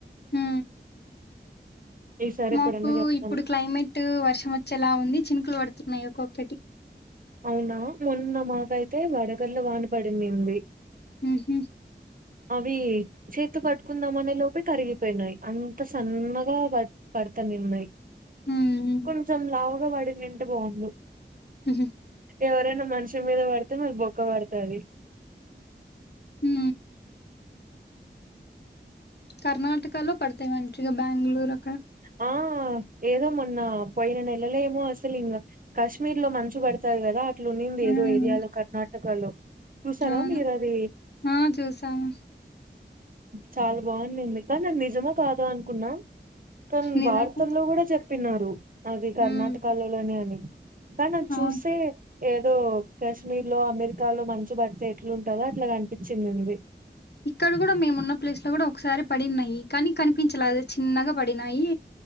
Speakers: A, on the left; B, on the right.
A: ఉ
B: ఈసారి
A: మాకు
B: ఎప్పుడన్నా చెప్తాను
A: ఇప్పుడు క్లైమేట్ వర్షం వచ్ చలా ఉంది చినుకులు పడుతున్నాయి ఒకొక్కటి
B: అవునా మొన్న మాకైతే వడగల్ళ వానపడిందండి
A: ఊహు
B: అవి చేతో పట్టుకుందామనే లోపే కరిగిపోయినాయి అంత సన్నగా వట్ పడతనిన్నాయి
A: ఉమ్
B: కొంచెం లావుగా వడి నింటి బావుండు
A: ఉహు
B: ఎవరైనా మనిషి మీద పడితే మరి బొక్క పడుతది
A: ఊ కర్ణటక లో పడతాయి మంచిగా బ్యాంగుళూరు
B: ఆ ఏదో మొన్న పోయిన నెలలేమో అసలు ఇంకా కాశ్మీర్ లో మంచు పడతది కదా ఇట్లునింది
A: హ్మ్
B: ఏదో ఏరియాలో కర్ణాటకలో చూసారా
A: అవును
B: మీరది
A: ఆ చూసాము
B: చాలా బాగుందండి కాని అది నిజమో కాదా అనుకున్నా కానీ
A: నిజంగా
B: వార్తల్లో కూడా చెప్పినారు అది కర్ణాటకలో
A: హ్మ్
B: లోని అని కాన్ అద్ చూసే
A: అవును
B: ఏదో కాశ్మీర్ లో అమెరికాలో మంచు బడితే ఎట్లా ఉంటదో అట్లా కనిపించిందండి
A: ఇక్కడ కూడా మేమున్న ప్లేస్ లో కూడా ఒకసారి పడినహి కానీ కనిపించలే చిన్నగా పడినాయి